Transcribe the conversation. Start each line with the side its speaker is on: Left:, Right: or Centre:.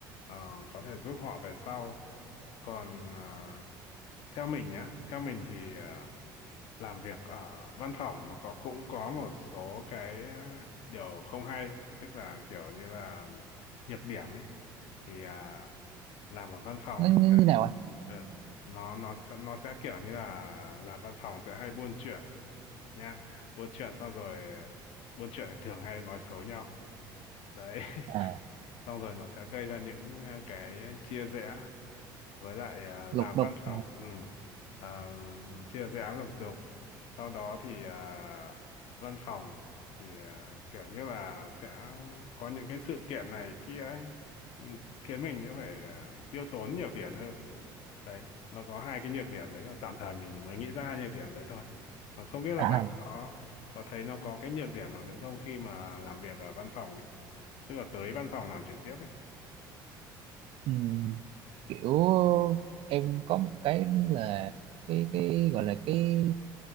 Left: ờ, có thể giúp họ về sau còn ờ, theo mình nhá theo mình thì ờ, làm việc ở văn phòng nó có cũng có một số cái ờ, điều không hay tức là kiểu như là nhược điểm ấy thì à, làm ở văn phòng
Right: nó
Left: thì
Right: như
Left: sẽ
Right: như nào anh
Left: ờ, nó nó sẽ- nó sẽ kiểu như là làm văn phòng sẽ hay buôn chuyện nhá buôn chuyện xong rồi buôn chuyện thì thường hay nói xấu nhau đấy
Right: à
Left: <laughs> xong rồi nó sẽ gây ra những ờ, cái chia rẽ với lại à,
Right: lục
Left: làm
Right: đục
Left: văn phòng ừ. à, chia dự án lục đục sau đó thì à, văn phòng thì à, kiểu như là sẽ có những cái sự kiện này kia ấy ừ, khiến mình sẽ phải à, tiêu tốn nhiều tiền hơn đấy nó có hai cái nhược điểm đấy là tạm thời mình mới nghĩ ra hai nhược điểm đấy thôi mà không biết là
Right: à,
Left: bạn có có thấy nó có cái nhược điểm nào nữa không khi mà làm việc ở văn phòng ấy tức là tới văn phòng làm trực tiếp ấy
Right: ừm, kiểu em có một cái là cái cái gọi là cái